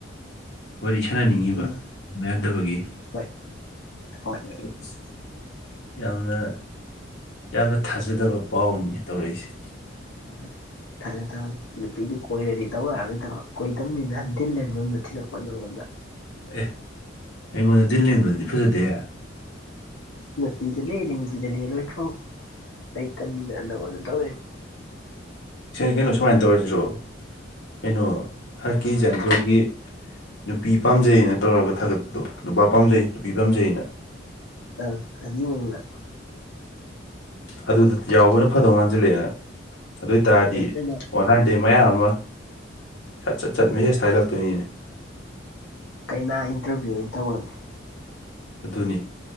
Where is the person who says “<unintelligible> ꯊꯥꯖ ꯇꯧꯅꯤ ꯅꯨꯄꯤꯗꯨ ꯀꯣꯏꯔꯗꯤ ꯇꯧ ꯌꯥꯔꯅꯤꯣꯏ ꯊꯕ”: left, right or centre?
Left